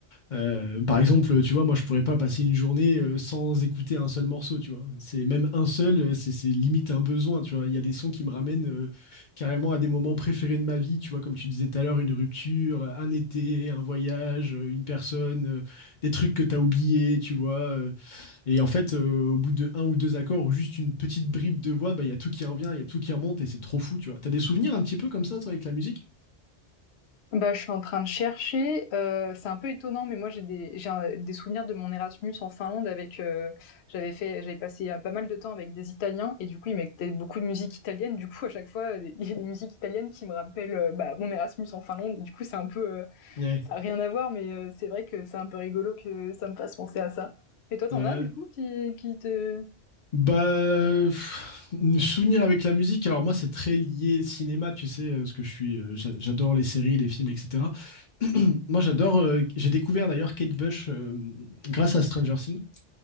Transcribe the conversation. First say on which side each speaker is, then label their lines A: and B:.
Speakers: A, on the left; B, on the left.
A: Euh, par exemple, tu vois, moi, je pourrais pas passer une journée euh, sans écouter un seul morceau, tu vois. C'est même un seul, euh, c'est c'est limite un besoin, tu vois. Il y a des sons qui me ramènent euh, carrément à des moments préférés de ma vie, tu vois, comme tu disais tout à l'heure, une rupture, un été, un voyage, euh, une personne, euh, des trucs que t'as oubliés, tu vois. euh. et en fait, euh, au bout de un ou deux accords ou juste une petite bribe de voix, bah, il y a tout qui revient, il y a tout qui remonte et c'est trop fou, tu vois. T'as des souvenirs un petit peu comme ça, toi, avec la musique?
B: Bah, je suis en train de chercher. Euh, c'est un peu étonnant, mais moi j'ai des, j'ai un- des souvenirs de mon Erasmus en Finlande avec. euh, j'avais fait, j'avais passé euh, pas mal de temps avec des Italiens et du coup ils mettaient beaucoup de musique italienne. Du coup à chaque fois euh, il y a des musiques italiennes qui me rappellent euh, bah, mon Erasmus en Finlande. Du coup c'est un peu, euh,
A: Ouais.
B: ça a rien à voir, mais euh, c'est vrai que c'est un peu rigolo que ça me fasse penser à ça. Et toi t'en
A: Ouais.
B: as du coup qui, qui te
A: Bah, pff, souvenir avec la musique. Alors moi, c'est très lié cinéma, tu sais, euh, ce que je suis. euh, j'a- J'adore les séries, les films, etc. Moi, j'adore. euh, j'ai découvert d'ailleurs Kate Bush euh, grâce à Stranger Things.